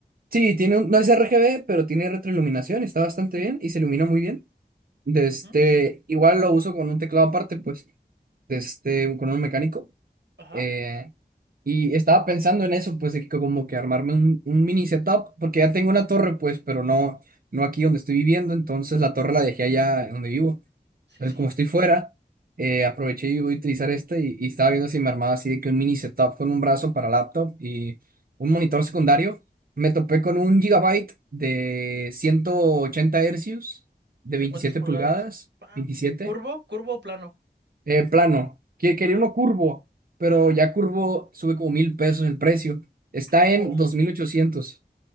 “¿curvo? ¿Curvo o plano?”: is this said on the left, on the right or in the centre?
Right